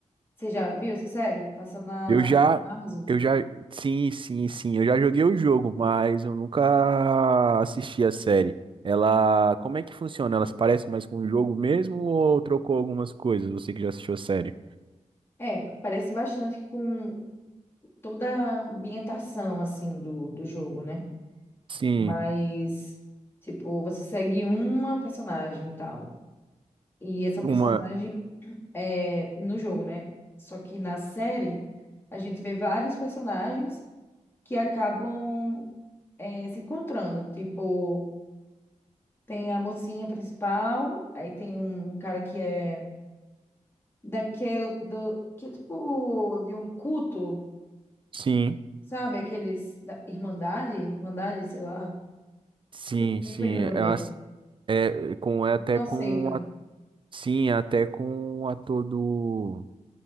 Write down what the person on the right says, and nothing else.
eu já,
eu já, sim, sim, sim, eu já joguei o jogo, mas eu nunca assisti a série. Ela, como é que funciona? Elas parecem mais com o jogo mesmo ou trocou algumas coisas? Você que já assistiu a série?
Sim,
uma,
sim,
sim,
sim,
Elas
é com é
até
com
a- sim, é até com o ator do